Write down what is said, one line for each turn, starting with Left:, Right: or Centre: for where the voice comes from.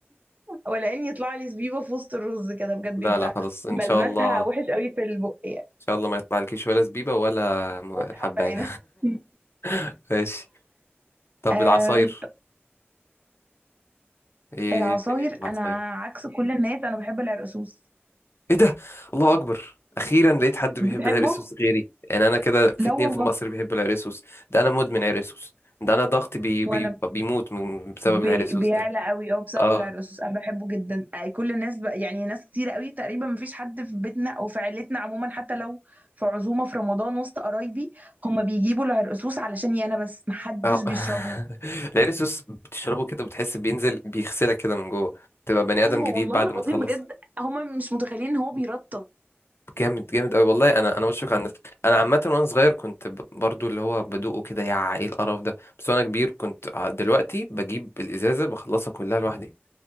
Right: ولا ان يطلع لي زبيبه في وسط الرز كده بجد
Left: لا
Right: بيبقى
Left: لا خلاص ان
Right: ملمسها
Left: شاء الله ان
Right: وحش قوي في البق يعني
Left: شاء الله ما يطلع لكيش ولا زبيبه ولا م-
Right: ولا حبه
Left: حبايه
Right: هنا <laughs>
Left: <laughs> ماشي طب
Right: آه
Left: العصاير ايه
Right: العصاير
Left: الدنيا في العصاير
Right: انا عكس كل الناس انا بحب العرقسوس
Left: ايه ده الله اكبر اخيرا لقيت حد بيحب
Right: بتحبه
Left: العرقسوس غيري يعني انا كده في
Right: لا
Left: اتنين
Right: والله
Left: في مصر بيحبوا العرقسوس ده انا مدمن عرقسوس ده انا ضغطي بي بي
Right: وانا
Left: بيموت من بسبب
Right: بي...
Left: العرقسوس
Right: بيعلى
Left: ده
Right: قوي اه بسبب
Left: اه
Right: العرقسوس انا بحبه جدا آه، كل الناس ب... يعني ناس كتير قوي تقريبا مفيش حد في بيتنا او في عيلتنا عموما حتى لو في عزومه في رمضان وسط قرايبي هما بيجيبوا العرقسوس علشاني انا بس محدش
Left: اه
Right: بيشربه
Left: <laughs> العرق السوس بتشربه كده بتحس بينزل بيغسلك كده من جوه تبقى بني ادم
Right: ايوه
Left: جديد
Right: والله
Left: بعد
Right: العظيم
Left: ما تخلص
Right: بجد هما مش متخيلين ان هو بيرطب
Left: جامد جامد قوي والله انا انا بشفق على الناس انا عامه وانا صغير كنت ب- برضو اللي هو بدوقه كده يا ايه القرف ده بس وانا كبير كنت ع- دلوقتي بجيب الازازه بخلصها كلها لوحدي